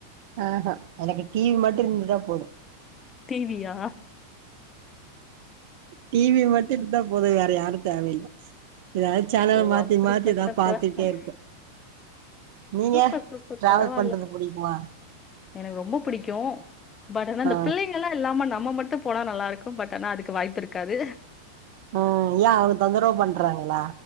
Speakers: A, on the right; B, on the left.
A: ஆ ஹ எனக்கு டிவி மட்டு இருந்துட்டா போது
B: டிவி யா
A: டிவி மட்டு இருந்தா போது வேற யாரு தேவையில்ல எதாவது சேனல்
B: ஓ
A: மாத்தி
B: அப்படிப்பட்ட
A: மாத்தி எதா பாத்துட்டே
B: பெர்சன்.
A: இருப்பே நீங்க
B: சூப்பர் சூப்பர்
A: ட்ராவல்
B: பரவால்ல.
A: பண்றது புடிக்குமா
B: எனக்கு ரொம்ப புடிக்கு பட் ஆனா அந்த
A: ஆ
B: புள்ளைக இவங்கலா இல்லாம நம்ம மட்டும் போனா நல்லா இருக்கும் பட் ஆனா அதுக்கு வாய்ப்பு இருக்காது
A: ம் யா அவங்க தொந்தரவ் பண்றாங்களா